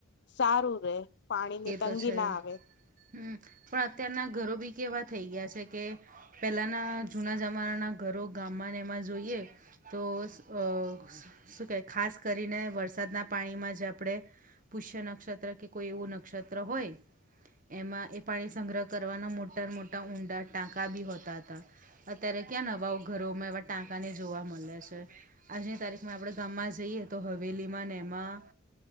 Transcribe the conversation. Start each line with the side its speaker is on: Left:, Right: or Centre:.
Left: સારું રે પાણી ની
Right: એ તો
Left: તંગી
Right: છે
Left: ના આવે.
Right: હમ પણ અત્યારના ઘરો બી કેવા થઈ ગયા છે કે. પેલાના જુના જમાનાના ઘરો ગામમાં ને એમાં જોઈએ. તો શું કે ખાસ કરીને વરસાદના પાણીમાં જ આપણે. પુષ્ય નક્ષ કોઈ એવું નક્ષત્ર હોય એમાં એ પાણી સંગ્રહ કરવાના મોટા મોટ. ત્યાં ઊંડા ટાંકા ભી હોતા તા. અત્યારે ક્યાંના નવા ઘરોમાં એવા ટાંકા ને જોવા મળે છે. આજની તારીખમાં આપણે ગામમાં જઈએ તો હવેલીમાં ને એમાં